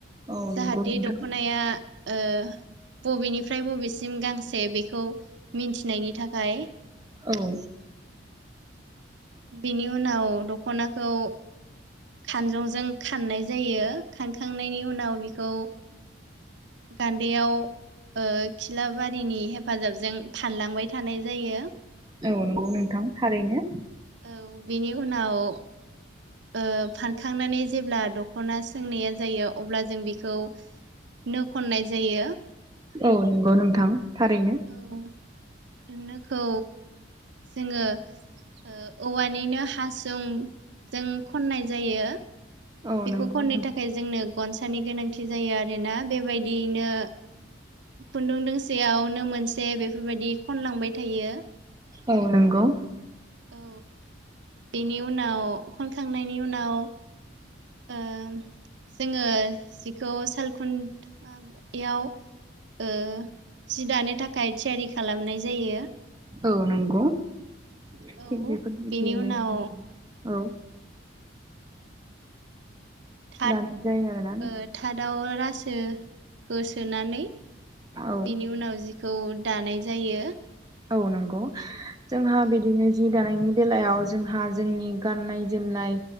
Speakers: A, on the right; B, on the right.
A: औ
B: जाहाथे
A: नंगौ नोंथां
B: दख'नाया ओ बबेनिफ्राय बबेसिम गांसे बेखौ मिन्थिनायनि थाखाय
A: औ
B: बेनि उनाव दखनाखौ खानजंजों खाननाय जायो खानखांनायनि उनाव बिखौ गान्दैयाव ओ खिलाबारिनि हेफाजाबजों फानलांबाय थानाय जायो।
A: औ नंगौ नोंथां थारैनो,
B: औ बेनि उनाव ओ फानखांनानै जेब्ला दख'ना सोंनाया जायो अब्ला जों बेखौ नो खननाय जायो।
A: औ नंगौ नोंथां थारैनो,
B: औ नोखौ जोङो ओ औवानिनो हासुंजों खननाय जायो,
A: औ
B: बेखौ
A: नंगौ
B: खननो थाखाय जोंनो गनसानि गोनांथि जायो आरोना बेबायदियैनो खुन्दुं दोंसेयाव नो मोनसे बेफोरबायदि खनलांबाय थायो,
A: औ नंगौ
B: औ बेनि उनाव खनखांनायनि उनाव ओं जों जिखौ सालखुन्थायाव ओ जि दानो थाखाय थियारि खालामनाय जायो।
A: औ नंगौ थिग
B: औ
A: बेफोरबायदियैनो
B: बेनि उनाव
A: औ,
B: थाद‌
A: दानाय जायो आरोना
B: ओ‌ थादावोद रासो होसोनानै
A: औ
B: बिनि उनाव जि, खौ दानाय जायो।
A: औ नंगौ जोंहा
B: औ
A: बिदिनो जि जि दानायनि बेलायाव जोंहा जोंनि गाननाय जोमनाय